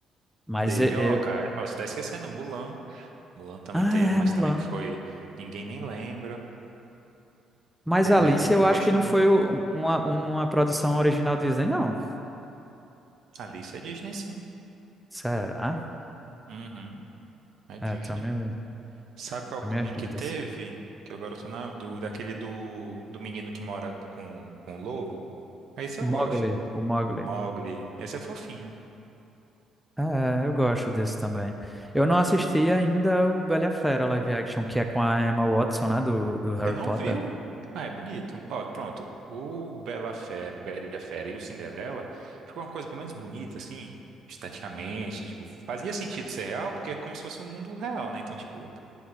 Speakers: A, in the centre; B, on the right.
A: Mas
B: Teve,
A: e- eu,
B: ó, cara, ó, você tá esquecendo, Mulan. Mulan também
A: Ah,
B: teve, mas
A: é, Mulan.
B: também que foi. Ninguém nem lembra.
A: Mas
B: Teve
A: Alice,
B: aquele
A: eu
B: que eu
A: acho
B: gosto
A: que não
B: muito.
A: foi o- uma, uma produção original Disney, não.
B: Alice é Disney, sim.
A: Será?
B: Uhum, é Disney.
A: É, tenho minha-
B: Sabe qual
A: tenho minhas
B: um
A: dúvidas.
B: que teve? Que agora eu tô na dúvida. Aquele do, do menino que mora com, com o lobo. Esse eu
A: Mowgli,
B: gosto.
A: o Mowgli.
B: Mowgli. Esse é fofinho.
A: É, eu gosto desse também. Eu não assisti ainda o Bela e a Fera live action, que é com a Emma Watson, né, do, do Harry
B: Você não
A: Potter.
B: viu? Ah, é bonito. Ó, pronto. O Bela Fera, Bela Fera e o Cinderela ficou uma coisa pelo menos bonita, assim, esteticamente. Tipo, fazia sentido ser real, porque é como se fosse um mundo real, né? Então, tipo,